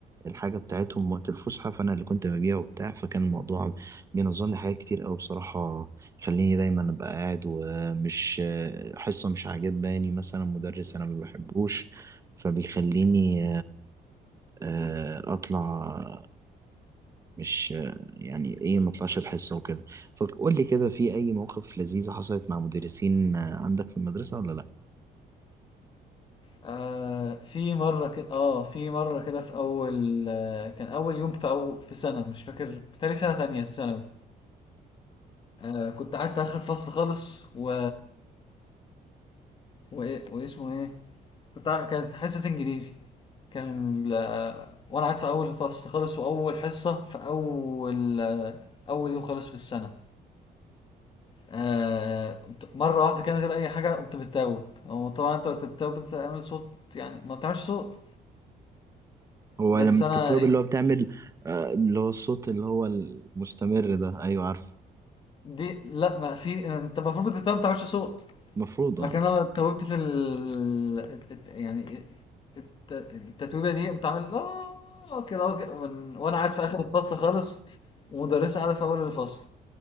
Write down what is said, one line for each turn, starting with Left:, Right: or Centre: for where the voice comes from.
Right: الحاجة بتاعتهم وقت الفسحة فأنا اللي كنت ببيع وبتاع فكان الموضوع بينظم لي حاجات كتير أوي بصراحة خليني دايما أبقى قاعد ومش حصة مش عاجباني مثلا مدرس أنا ما بحبوش فبيخليني آه، اطلع مش يعني ايه ما اطلعش الحصه وكده فقول لي كده في اي مواقف لذيذه حصلت مع مدرسين آه، عندك في المدرسه ولا لا
Left: آه في مره كده اه في مره كده في اول آه كان اول يوم في أو في سنه مش فاكر بتهيألي سنه تانية ثانوي آه كنت قاعد في اخر الفصل خالص و وايه واسمه ايه كنت قاعد- كانت حصه انجليزي كان ال- آه، وانا قاعد في اول الفصل خالص واول حصه في اول آه اول يوم خالص في السنه آه، قمت- مرة واحدة كده من غير أي حاجة قمت بتتوب هو طبعا أنت وأنت بتتوب بتعمل صوت يعني ما بتعملش صوت
Right: هو
Left: بس
Right: لما بتتوب
Left: أنا إيه
Right: اللي هو بتعمل آه، اللي هو الصوت اللي هو المستمر ده ايوه عارف
Left: دي لا ما في أنت المفروض بتتوب ما بتعملش صوت
Right: المفروض
Left: لكن
Right: اه
Left: أنا اتوبت في ال الت- يعني الت- التتويبة دي قمت عامل آه كده أهو كده من- وأنا قاعد في آخر الفصل خالص ومدرسة قاعدة في أول الفصل